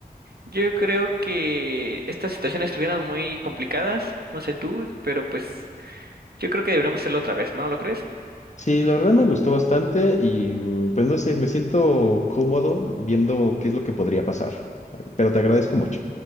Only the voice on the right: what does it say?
Yo creo que estas situaciones estuvieran muy complicadas, no sé tú, pero pues yo creo que deberíamos hacerlo otra vez, ¿no lo crees?